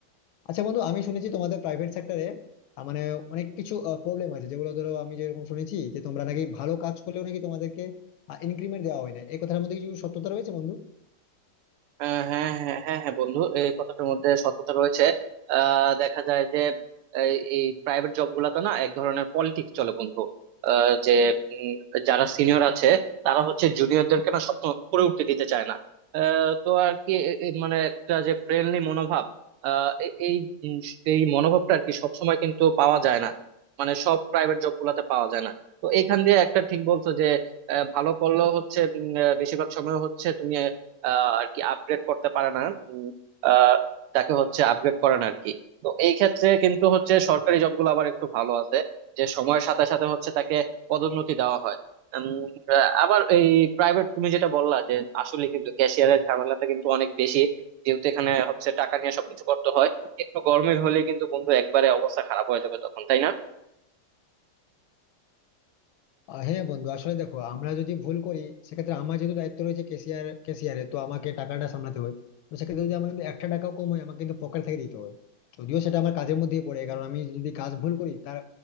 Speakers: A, on the left (about 75°); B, on the right (about 85°).
A: আচ্ছা বন্ধু আমি শুনেছি তোমাদের প্রাইভেট সেক্টরে মানে অনেক কিছু প্রবলেম আছে যেগুলো ধরো আমি যেরকম শুনেছি যে তোমরা নাকি ভালো কাজ করলেও নাকি তোমাদেরকে ইনক্রিমেন্ট দেওয়া হয় না এই কথার মধ্যে কিছু সত্যতা রয়েছে বন্ধু
B: আহ, হ্যাঁ হ্যাঁ হ্যাঁ হ্যাঁ বন্ধু এই কথাটার মধ্যে সত্যতা রয়েছে আহ দেখা যায় যে এই প্রাইভেট জব গুলাতে না এক ধরনের পলিটিক্স চলে বন্ধু যে উম, যারা সিনিয়র আছে তারা হচ্ছে জুনিয়রদেরকে না সবসময় উপরে উঠতে দিতে চায় না আহ, তো আর কি এ- এ- মানে একটা যে ফ্রেন্ডলি মনোভাব আহ, এ- এই উম, এই মনোভাবটা আর কি সবসময় কিন্তু পাওয়া যায় না মানে সব প্রাইভেট জব গুলাতে পাওয়া যায় না তো এইখান দিয়ে একটা ঠিক বলছো যে আহ, ভালো করলেও হচ্ছে উম, আহ, বেশিরভাগ সময় হচ্ছে তুমি আহ, আর কি আপগ্রেড করতে পারে না উম, আহ, তাকে হচ্ছে আপগ্রেড করে না আর কি তো এই ক্ষেত্রে কিন্তু হচ্ছে সরকারি জবগুলো আবার একটু ভালো আছে যে সময়ের সাথে সাথে হচ্ছে তাকে পদোন্নতি দেওয়া হয় উম, আবার এই প্রাইভেট তুমি যেটা বললা যে আসলে কিন্তু ক্যাশিয়ারের ঝামেলাটা কিন্তু অনেক বেশি যেহেতু এখানে হচ্ছে টাকা নিয়ে সবকিছু করতে হয় একটু গরমের হলে কিন্তু বন্ধু একবারে অবস্থা খারাপ হয়ে যাবে তখন তাই না
A: আহ, হ্যাঁ বন্ধু আসলে দেখো আমরা যদি ভুল করি সেক্ষেত্রে আমার যেহেতু দায়িত্ব রয়েছে ক্যাশিয়ার ক্যাশিয়ারে তো আমাকে টাকাটা সামলাতে হয় তো সেক্ষেত্রে যদি আমার যদি একটা টাকাও কম হয় আমাকে কিন্তু পকেট থেকে দিতে হয় যদিও সেটা আমার কাজের মধ্যেই পড়ে কারণ আমি যদি কাজ ভুল করি তার